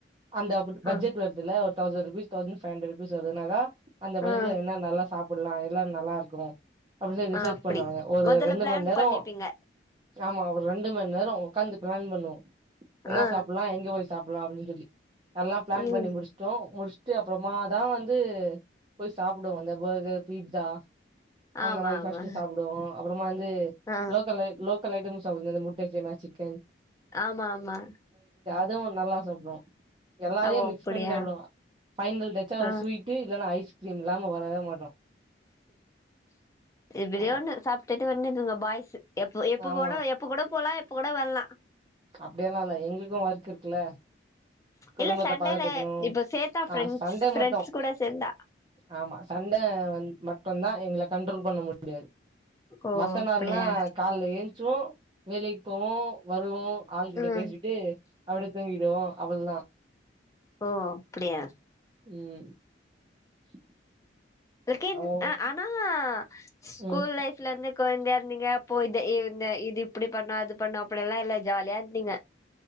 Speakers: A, on the right (about 25°); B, on the left (about 15°).
A: அந்த பட்ஜெட்
B: ஆ
A: வருதுல thousand rupees thousand five hundred rupees வருதுனாக்க அந்த பைசா
B: ஆ
A: என்னென்னலா சாப் ப்படலாம் எல்லா நல்லா இருக்கு அப்படனு சொல்ல ரிசர்ச்
B: ஆ அப்டி
A: பண்ணுவாங்க ஒரு
B: மொதல்ல
A: ரெண்டு
B: பிளான்
A: மணி நேரம்
B: பண்ணிப்பீங்க
A: ஆமா ஒரு ரெண்டு ஒரு மணி நேரம் உட்கந்து பிளான் பண்ணுவோ என்ன
B: ஆ
A: சாப்பிடலாம் எங்க போய் சாப்பிடலாம் அப்படின்னு சொல்லி எல்லாம் பிளான்
B: ம்
A: பண்ணி முடிச்சுட்டோம் முடிச்ச அப்புறமா தான் வந்து போய் சாப்பிடுவோம் அந்த பர்கர் பிட்சா அந்த
B: ஆமா
A: மாதிரி
B: ஆமா
A: பர்ஸ்ட் சாப்பிடுவோம் அப்புறமா வந்து
B: ஆ
A: லோக்கல் லோக்கல் ஐட்டம்ஸ் முட்டை செமா சிக்கன்
B: ஆமா ஆமா
A: இதுவும் நல்லா சாப்பிடுவோம் எல்லாரையும்
B: ஓ அப்டியா
A: மிக்ஸ் பண்ணி சாப்பிடுவங்க பைனல் டச்சா
B: ஆ
A: ஒரு ஸ்வீட் இல்ன்னா ஐஸ் ச இல்லாம வரவே மாட்டோம்
B: எப்படியோ
A: ஆமா
B: ஒண்ணு சாப்பிட்டுட்டு வந்துதுங்க பாய்ஸ்சு எப்ப எப்ப
A: ஆமா
B: கூட எப்ப கூட போகலாம் கூட வரலாம்
A: அப்படியெல்லாம் இல்ல எங்களுக்கும் ஒர்க் இருக்குல்ல குடும்பத்தை
B: இல்ல சண்டேல
A: பாத்துக்கணும்
B: இப்ப சேத்தா
A: ஆஹ்
B: ஃப்ரெண்ட்ஸ்
A: சண்டே
B: ஃப்ரெண்ட்ஸ்
A: மட்டும்
B: கூட சேந்தா
A: ஆமா சண்டே வந்து மட்ட தான் எங்களை கண்ட்ரோல் பண்ண முடியும் முடியாது
B: ஓ
A: மத்த நாளெல்லாம்
B: அப்டியா
A: காலேல எழுந போ வேலைக்கு போ வருவோம் ஆளுகிட்ட
B: ம்
A: பேசிட்டு அப்படியே தூங்கிடுவோம் <inaudible>
B: ஓ அப்படியா
A: உம் <inaudible>
B: <unintelligible>
A: அவ்
B: அ ஆனா ஸ்கூல்
A: ம்
B: லைஃப்ல இருந்து கொழந்தயா இருந்தீங்க அப்போ இத இ இந்த இது இப்டி பண்ணா அது பண்ணா அப்டியெல்லா இல்ல ஜாலியா இருந்தீங்க